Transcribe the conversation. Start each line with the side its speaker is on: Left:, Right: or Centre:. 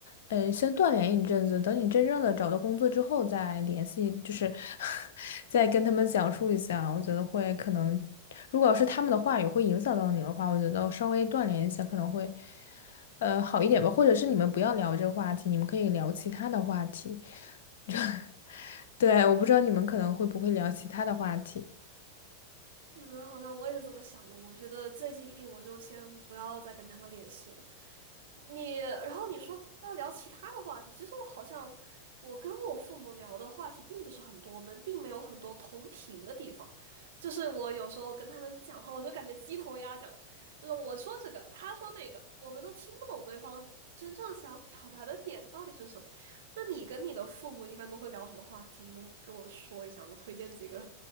Left: 嗯，先断联一阵子，等你真正的找到工作之后再联系，就是 <laughs> 再跟他们讲述一下，我觉得会可能，如果要是他们的话语会影响到你的话，我觉得稍微断联一下可能会。呃好一点吧，或者是你们不要聊这个话题，你们可以聊其他的话题。<laughs> 对，我不知道你们可能会不会聊其他的话题。
Right: 嗯，好像我也是这么想的。我觉得最近我就先不要再跟他们联系了。你，然后你说要聊其他的话题，其实我好像我跟我父母聊的话题并不是很多，我们并没有很多同频的地方。就是我有时候跟他们讲话，我就感觉鸡同鸭讲，就是我说这个，他说那个，我们都听不懂对方真正想表达的点到底是什么。那你跟你的父母一般都会聊什么话题？能给我说一下吗？推荐几个？